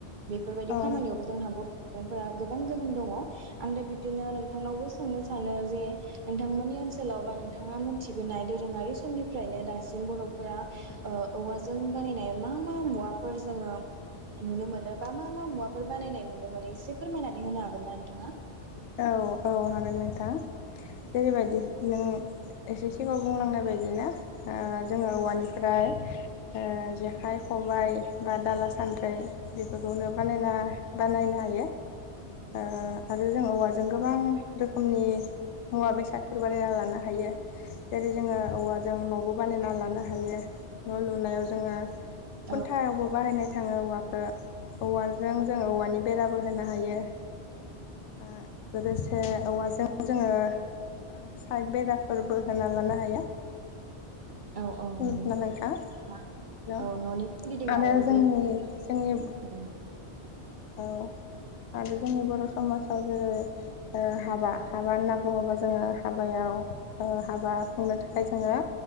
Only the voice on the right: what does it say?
बेफोरबायदि
खामानियावबो जोंहा बह ओमफ्रा गोबां गोहोम दङ आं दा बिबदिनो नोंथांनावबो सोंनो सानो जे नोंथांमोननि ओनसोलाव बा नोंथाङा मोनथिबोनाय दोरोङारि समनिफ्रायनो दासिम बरफोरा अ औवाजों बानायनाय मा मा मुवाफोर जोङो नुनो मोनो बा मा मा मुवाफोर बानायनाय नुनो मोनो एसे फोरमायनानै होनो हागोन ना? नोंथाङा
औ
नंगौ
औ औ
नंगौ
<unintelligible>
औ ननि सोरगिदिङाव
जेबो औ